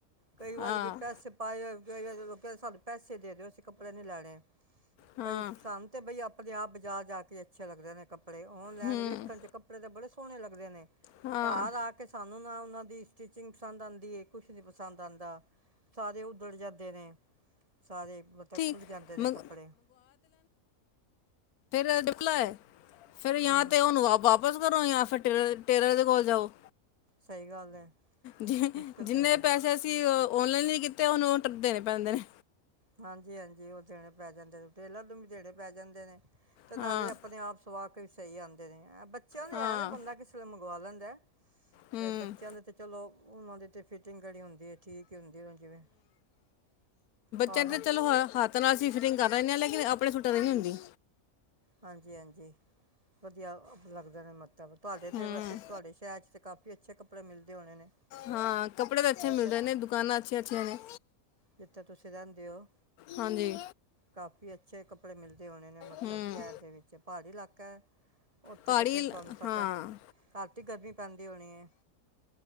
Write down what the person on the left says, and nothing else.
ਹਾਂ,
ਹਾਂ,
ਹੂੰ,
ਹਾਂ।
ਠੀਕ
ਮੰਗ
ਫੇਰ ਡੁਕ ਲਾਏ। ਫੇਰ ਯਾਂ
ਤੇ ਉਨੂੰ ਵਾਪਸ ਕਰੋ ਯਾਰ, ਫਿਰ ਟੇਲਰ ਦੇ ਕੋਲ ਜਾਓ।
ਜ
ਜਿੰਨੇ
ਪੈਸੇ ਸੀ। ਓਨਲਾਨ ਨਤੇ, ਉਹਨੂੰ ਉਹ ਟ ਦੇਣੇ ਪੈਂਦੇ ਨੇ।
ਹਾਂ
ਹਾਂ
ਹੂੰ
ਕਹਿੰਦੇ
ਚਲੋ, ਹੱਥ ਨਾਲ ਸੀ ਫ ਰਿੰਗਾ ਕਰਦਾ ਰ ਆ, ਲੇਕਿਨ ਆਪਣੇ ਸੂਟਾ ਦੀ ਨ ਨਹੀਂ ਹੁੰਦੀ।
ਹੂੰ
ਹਾਂ, ਕੱਪੜੇ ਤਾਂ ਅੱਛੇ
ਮਿਲਦੇ ਨੇ, ਦੁਕਾਨਾਂ ਅੱਛੀਆਂ-ਅੱਛੀਆਂ ਨੇ।
ਹਾਂਜੀ
ਹੂੰ
ਪਹਾੜੀ
ਇਲ
ਹਾਂ